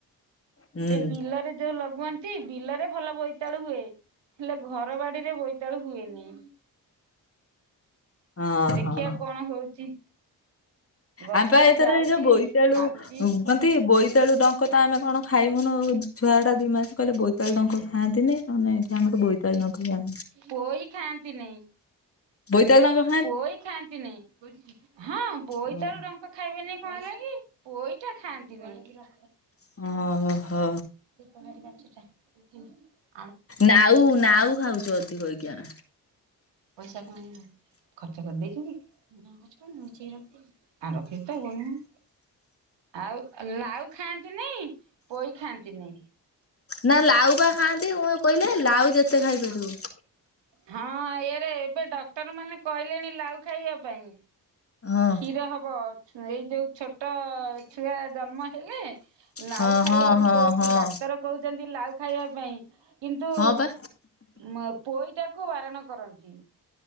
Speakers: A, on the left (about 30°); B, on the right (about 80°).
A: ହୁଁ
B: ସେ ବିଲରେ ଯୋଉ ଲଗଅନ୍ତି ବିଲରେ ଭଲ ବ ବୋଇତାଳୁ ହୁଏ। ହେଲେ ଘର ବାଡିରେ ବୋଇତାଳୁ ହୁଏନି।
A: ହଁ
B: ଦେଖିବା
A: ହଁ
B: କଣ ହଉଛି। ଗଛ
A: ଆମ ପା
B: ତ
A: ଏଥର
B: ଯାଉଛି
A: ଏଇ ଯୋଉ ବୋଇତାଳୁ।
B: ମାରୁଚି
A: କନ୍ତି ବୋଇତାଳୁ ଡଙ୍କ ତ ଆମେ କଣ ଖାଇବୁନୁ ଛୁଆ ଟା ଦି ମାସ କହଲେ ବୋଇତାଳୁ ଡଙ୍କ ଖାଆନ୍ତିନି। ଆମେ ଏଠି ଆମର ବୋଇତାଆଳୁ ନଗେଇବା।
B: ପୋଇ ଖାଆନ୍ତି ନି।
A: ବୋଇତ ଆଳୁ ତାଙ୍କ
B: ପୋଇ ଖାଆନ୍ତି ନି ହଁ ବୋଇତ
A: ହଁ।
B: ଆଳୁ ଡଙ୍କ ଖାଇବେନି କଣ ହେଲାକି ପୋଇ ଟା ଖାଆନ୍ତି। ଧୂପ
A: ଓହୋ
B: କାଠି କାଚ ଟା <unintelligible>
A: ନାଉ ନାଉ ଖାଉଛୁ ଅଧିକ ହେଇକି ଆନ୍।
B: ପଇସା କଣ ଖର୍ଚ୍ଚ କରିଦେଇଛୁ କି? ମୁ କଣ ଖର୍ଚ୍ଚ କରିନି ଲୁଚେଇକି ରଖିନି। ଆଉ ରଖିଛି ତ ଆଉ କଣ ମ। ଆଉ ଲାଉ ଖାଆନ୍ତି ନାଇ ପୋଇ ଖାଆନ୍ତିନି।
A: ନା ଲାଉ ପା ଖାଆନ୍ତି କ କହିଲେ ଲାଉ ଯେତେ ଖାଇପାରିବ।
B: ହଁ ଇଏରେ ଏବେ ଡକ୍ଟର ମାନେ କହିଲେଣି ଲାଉ ଖାଇବା ପାଇଁ।
A: ହଁ
B: କ୍ଷୀର ହବ ଏଇ ଯୋଉ ଛୋଟ ଛୁଆ ଜନ୍ମ ହେଲେ। ଲାଉ
A: ହଁ
B: ଖାଇବାକୁ
A: ହଁ ହଁ
B: ଦଉଛି
A: ହଁ
B: ଡାକ୍ତର କହୁଛନ୍ତି ଲାଉ ଖାଇବା ପାଇଁ କିନ୍ତୁ
A: ହଁ ବା
B: ମ ପୋଇଟାକୁ ବାରଣ କରନ୍ତି।